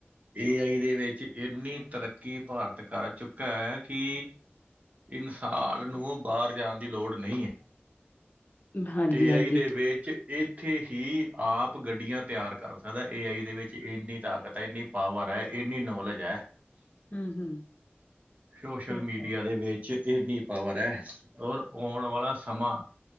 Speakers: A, on the right (about 35°); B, on the left (about 50°).
A: ਏ ਆਈ ਦੇ ਵਿੱਚ ਇੰਨੀ ਤਰੱਕੀ ਭਾਰਤ ਕਰ ਚੁੱਕਾ ਹੈ ਕਿ ਇਨਸਾਨ ਨੂੰ ਬਾਹਰ ਜਾਣ ਦੀ ਲੋੜ ਨਹੀਂ ਹੈ
B: ਹਾਂਜੀ
A: ਏ
B: ਹਾਂਜੀ
A: ਆਈ ਦੇ ਵਿੱਚ ਇੱਥੇ ਹੀ ਆਪ ਗੱਡੀਆਂ ਤਿਆਰ ਕਰ ਸਕਦਾ ਏ ਆਈ ਦੇ ਵਿੱਚ ਇੰਨੀ ਤਾਕਤ ਹੈ ਇੰਨੀ ਪਾਵਰ ਹੈ ਇੰਨੀ ਨੌਲੇਜ ਹੈ
B: ਹਮ ਹਮ
A: ਸ਼ੋਸ਼ਲ
B: ਠੀਕ
A: ਮੀਡੀਆ ਦੇ ਵਿੱਚ ਇੰਨੀ ਪਾਵਰ ਹੈ ਔਰ ਆਉਣ ਵਾਲਾ ਸਮਾਂ